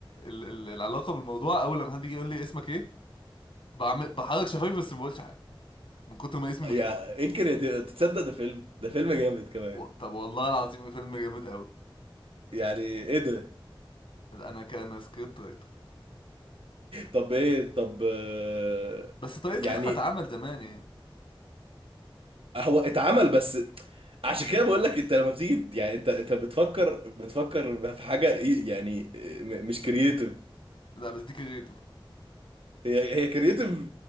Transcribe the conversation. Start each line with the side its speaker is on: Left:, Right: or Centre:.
Left: ال... ال... العلاقه بالموضوع اول لما حد يجي يقول لي اسمك ايه بعمل بحرك شفايفي بس ما بقولش حاجه من كتر ما اسمي
Right: يا
Left: مختفي
Right: انكر يا ت- تصدق ده فيلم ده فيلم جامد كمان
Left: و... طب والله العظيم إيه فيلم جامد قوي
Right: يعني ايه ده
Left: انا كان سكريبت رايتر
Right: طب ايه طب آه،
Left: بس طريقه
Right: يعني
Left: لخفة اتعمل زمان يعني
Right: هو اتعمل بس عشان كده بقول لك انت لما بتيجي يعني انت انت بتفكر بتفكر في حاجه إيه- يعني م- مش كرييتيف
Left: لا بس دي كريتيف
Right: هي هي كرييتيف